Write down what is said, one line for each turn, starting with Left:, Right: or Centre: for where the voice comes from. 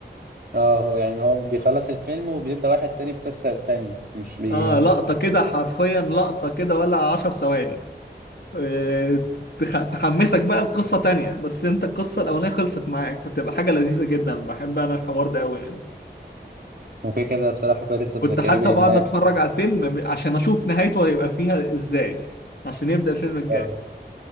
Right: اه هو يعني هو بيخلص الفيلم وبيبدأ واحد تاني بقصة تانية مش بي
Left: اه لقطه كده حرفيا لقطه كده ولا 10 ثواني آه، تخ- تحمسك بقى القصة تانية بس انت القصة الأولانية خلصت معاك فتبقى حاجة لذيذة جدا بحب أنا الحوار ده أوي يعني
Right: هو كده كده بصراحة بيرتس اوف
Left: كنت
Right: ذا كاريبيان
Left: حتى بقعد
Right: ده يعني
Left: أتفرج على الفيلم عشان أشوف نهايته هيبقى فيها إزاي عشان يبدأ الفيلم الجاي
Right: آه.